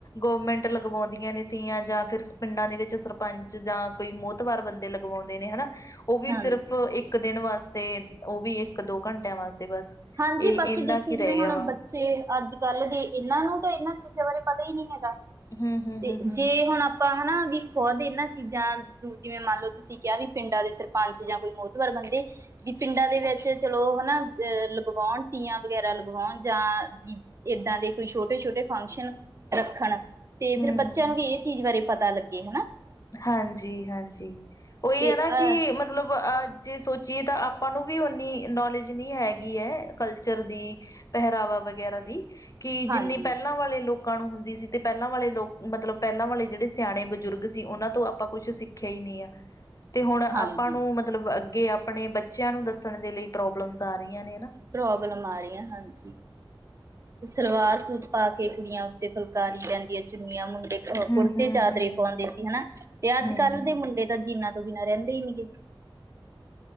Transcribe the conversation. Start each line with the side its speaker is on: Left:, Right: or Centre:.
Left: ਗੋਰਮੈਂਟ ਲਗਵਾਉਂਦੀਆਂ ਨੇ ਤੀਆ ਜਾਂ ਫਿਰ ਪਿੰਡਾਂ ਦੇ ਵਿੱਚ ਸਰਪੰਚ ਜਾਂ ਕੋਈ ਮੋਤਵਾਰ ਬੰਦੇ ਲਗਵਾਉਂਦੇ ਨੇ ਹੈਨਾ ਉਹ ਵੀ
Right: ਹਾਂਜੀ
Left: ਸਿਰਫ਼ ਇੱਕ ਦਿਨ ਵਾਸਤੇ ਉਹ ਵੀ ਇੱਕ ਦੋ ਘੰਟਿਆ ਵਾਸਤੇ ਬਸ
Right: ਹਾਂਜੀ,
Left: ਇਹ
Right: ਬਾਕੀ
Left: ਇੰਨਾ
Right: ਦੇਖੀਏ
Left: ਕੀ
Right: ਜਿਵੇਂ
Left: ਰਹਿ
Right: ਹੁਣ
Left: ਗਿਆ ਵਾ
Right: ਬੱਚੇ ਅੱਜ ਕੱਲ੍ਹ ਦੇ ਇਹਨਾਂ ਨੂੰ ਤਾਂ ਇਹਨਾਂ ਚੀਜ਼ਾਂ ਬਾਰੇ ਪਤਾ ਹੀ ਨਹੀਂ ਹੈਗਾ।
Left: ਹਮ ਹਮ ਹਮ
Right: ਤੇ
Left: ਹਮ
Right: ਜੇ
Left: ਹਮ
Right: ਹੁਣ ਆ ਆਪਾਂ ਹਨਾ ਵੀ ਖੁਦ ਇਹਨਾਂ ਚੀਜ਼ਾਂ ਨੂੰ ਜਿਵੇਂ ਮੰਨ ਲਓ, ਤੁਸੀਂ ਕਿਹਾ ਵੀ ਪਿੰਡਾਂ ਦੇ ਸਰਪੰਚ ਜਾਂ ਕੋਈ ਮੋਤਵਾਰ ਬੰਦੇ ਵੀ ਪਿੰਡਾਂ ਦੇ ਵਿੱਚ ਚਲੋ ਹਨਾ ਅਹ ਲਵਾਉਣ ਤੀਆਂ ਵਗੈਰਾ ਲਗਵਾਉਣ, ਜਾਂ ਇੱਦਾਂ ਦੇ ਕੋਈ ਛੋਟੇ- ਛੋਟੇ ਫੰਕਸ਼ਨ ਰੱਖਣ ਤੇ
Left: ਹਮ
Right: ਫਿਰ ਬੱਚਿਆਂ ਨੂੰ ਵੀ ਇਹ ਚੀਜ਼ ਬਾਰੇ ਪਤਾ ਲੱਗੇ ਹਨਾ,
Left: ਹਾਂਜੀ-ਹਾਂਜੀ, ਉਹੀ
Right: ਤੇ
Left: ਹੈ ਨਾ ਕਿ
Right: ਅਹ
Left: ਮਤਲਬ ਅਹ ਜੇ ਸੋਚੀਏ ਤਾਂ ਆਪਾਂ ਨੂੰ ਵੀ ਉਨੀ ਨੌਲੇਜ ਨਹੀਂ ਹੈਗੀ ਹੈ, ਕਲਚਰ ਦੀ ਪਹਿਰਾਵਾ ਵਗੈਰਾ ਦੀ ਕਿ
Right: ਹਾਂਜੀ
Left: ਜਿੰਨੀ ਪਹਿਲਾਂ ਵਾਲੇ ਲੋਕਾਂ ਨੂੰ ਹੁੰਦੀ ਸੀ ਤੇ ਪਹਿਲਾਂ ਵਾਲੇ ਲੋਕ ਮਤਲਬ ਪਹਿਲਾਂ ਵਾਲੇ ਜਿਹੜੇ ਸਿਆਣੇ ਬਜ਼ੁਰਗ ਸੀ, ਉਹਨਾਂ ਤੋਂ ਆਪਾਂ ਕੁਛ ਸਿੱਖਿਆ ਹੀ ਨਹੀ ਆ, ਤੇ ਹੁਣ ਆਪਾਂ
Right: ਹਾਂਜੀ
Left: ਨੂੰ ਮਤਲਬ ਮਤਲਬ ਅੱਗੇ ਆਪਣੇ ਬੱਚਿਆਂ ਨੂੰ ਦੱਸਣ ਦੇ ਲਈ ਪ੍ਰੋਬਲਮਸ ਆ ਰਹੀਆਂ ਨੇ,
Right: ਪ੍ਰੋਬਲਮ ਆ ਰਹੀਆਂ ਹਾਂਜੀ, ਸਲਵਾਰ ਸੂਟ ਪਾ ਕੇ ਕੁੜੀਆਂ ਉੱਤੇ ਫੁਲਕਾਰੀ ਰੈਂਦੀਆਂ ਚੁੰਨੀਆਂ ਮੁੰਡੇ ਕੁੜਤੇ
Left: ਹੂੰ, ਹੂੰ,
Right: ਚਾਦਰਰੇ
Left: ਹੂੰ,
Right: ਪਾਉਂਦੇ ਸੀ ਹਨਾ ਤੇ ਅੱਜ
Left: ਹੂੰ।
Right: ਕੱਲ੍ਹ ਦੇ ਮੁੰਡੇ ਤਾਂ ਜੀਨਾਂ ਤੋਂ ਬਿਨਾਂ ਰਹਿੰਦੇ ਹੀ ਨੀ ਗੇ।